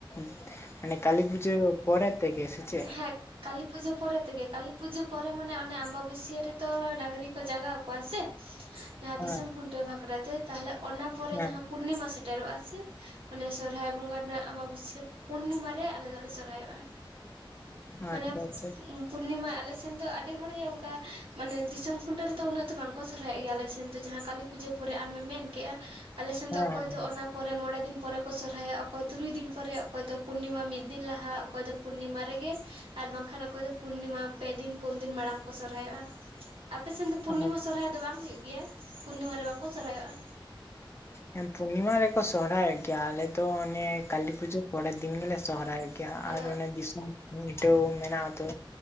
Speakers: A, on the left; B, on the right.
A: ᱾ ᱢᱟᱱᱮ ᱠᱟᱹᱞᱤ ᱯᱩᱡᱟᱹ ᱯᱚᱨᱮ ᱛᱮᱜᱮ ᱥᱮ ᱾
B: ᱦᱮᱸ ᱠᱟᱹᱞᱤ ᱯᱩᱡᱟᱹ ᱯᱚᱨᱮ ᱛᱮᱜᱮ ᱠᱟᱹᱞᱤ ᱯᱩᱡᱟᱹ ᱯᱚᱨᱮ ᱢᱟᱱᱮ ᱚᱱᱮ ᱟᱢᱵᱟ ᱵᱟᱹᱥᱭᱟᱹ ᱨᱮ ᱾ ᱛᱚ ᱰᱟᱝᱨᱤ ᱠᱚ ᱡᱟᱜᱟᱣ ᱠᱚᱣᱟ ᱥᱮ, ᱡᱟᱦᱟᱸ
A: ᱦᱮᱸ
B: ᱫᱤᱥᱚᱢ ᱠᱷᱩᱱᱴᱟᱹᱣ ᱵᱟᱠᱷᱨᱟ ᱛᱮ ᱾ ᱛᱟᱦᱚᱞᱮ ᱚᱱᱟ ᱯᱚᱨᱮ
A: ᱦᱮᱸ
B: ᱡᱟᱦᱟᱸ ᱯᱩᱨᱱᱤᱢᱟ ᱥᱮᱴᱮᱨᱚᱜᱼᱟ ᱥᱮ, ᱢᱟᱱᱮ ᱥᱚᱨᱦᱟᱭ ᱵᱚᱸᱜᱟ ᱨᱮᱱᱟᱜ ᱟᱢᱵᱟ ᱵᱟᱹᱥᱭᱟᱹᱼᱼ ᱯᱩᱨᱱᱤᱢᱟ ᱨᱮ ᱟᱞᱮ ᱫᱚᱞᱮ ᱥᱚᱨᱦᱟᱭᱚᱜᱼᱟ ᱾
A: ᱟᱪᱪᱷᱟ
B: ᱢᱟᱱᱮ
A: ᱟᱪᱪᱷᱟ
B: ᱤᱧ ᱯᱩᱨᱱᱤᱢᱟ ᱟᱞᱮ ᱥᱮᱱ ᱫᱚ ᱟᱹᱰᱤ ᱦᱚᱲ ᱜᱮ ᱚᱱᱠᱟ ᱢᱟᱱᱮ ᱫᱤᱥᱚᱢ ᱠᱷᱩᱱᱴᱟᱹ ᱨᱮᱫᱚ ᱩᱱᱟᱹᱜ ᱫᱚ ᱵᱟᱝᱠᱚ ᱥᱚᱨᱦᱟᱭᱚᱜ ᱜᱮᱭᱟ ᱾ ᱟᱞᱮ ᱥᱮᱱ ᱫᱚ ᱡᱟᱦᱟᱸ ᱠᱟᱹᱞᱤᱼᱼ ᱯᱩᱡᱟᱹ ᱯᱚᱨᱮ ᱟᱢᱮᱢ ᱢᱮᱱ ᱠᱮᱫᱮᱜᱼᱟ ᱟᱞᱮ ᱥᱮᱱ
A: ᱦᱮᱸ
B: ᱫᱚ ᱚᱠᱚᱭ ᱫᱚ ᱚᱱᱟᱼᱼ ᱯᱚᱨᱮ ᱢᱚᱬᱮ ᱫᱤᱱ ᱯᱚᱨᱮ ᱠᱚ ᱥᱚᱨᱦᱟᱭᱚᱜ ᱟ ᱾ ᱚᱠᱚᱭ ᱛᱩᱨᱩᱭ ᱫᱤᱱ ᱯᱚᱨᱮ ᱚᱠᱚᱭ ᱫᱚ ᱯᱩᱨᱱᱤᱢᱟ ᱢᱤᱫ ᱫᱤᱱ ᱞᱟᱦᱟ ᱚᱠᱚᱭ ᱫᱚ ᱯᱩᱨᱱᱤᱢᱟᱼᱼ ᱨᱮᱜᱮ ᱟᱨ ᱵᱟᱝᱠᱷᱟᱱ ᱚᱠᱚᱭ ᱫᱚ ᱯᱩᱨᱱᱤᱢᱟ ᱯᱮ ᱫᱤᱱ ᱯᱩᱱ ᱫᱤᱱ ᱢᱟᱲᱟᱝ ᱠᱚ ᱥᱚᱨᱦᱟᱭᱚᱜᱼᱟ ᱾ ᱟᱯᱮ ᱥᱮᱱ ᱫᱚ ᱯᱩᱨᱱᱤᱢᱟ
A: ᱦᱮᱸ
B: ᱥᱚᱨᱦᱟᱭ ᱫᱚ ᱵᱟᱝ ᱦᱩᱭᱩᱜ ᱜᱮᱭᱟ ᱯᱩᱨᱱᱤᱢᱟ ᱨᱮ ᱵᱟᱝᱠᱚ ᱥᱚᱨᱦᱟᱭᱚᱜᱼᱟ?
A: ᱦᱮᱸ ᱯᱩᱨᱱᱤᱢᱟ ᱨᱮᱠᱚ ᱥᱚᱦᱨᱟᱭᱚᱜ ᱜᱮᱭᱟ, ᱟᱞᱮ ᱫᱚ ᱚᱱᱮ ᱠᱟᱹᱞᱤ ᱯᱩᱡᱟᱹ ᱯᱚᱨᱮ ᱫᱤᱱ ᱜᱮᱞᱮ ᱥᱚᱦᱨᱟᱭᱚᱜᱼᱼ ᱜᱮᱭᱟ ᱾
B: ᱛᱚ
A: ᱟᱨ ᱚᱱᱮ ᱫᱤᱥᱚᱢ ᱠᱷᱩᱱᱴᱟᱹᱣ ᱢᱮᱱᱟᱜ ᱟᱛᱚ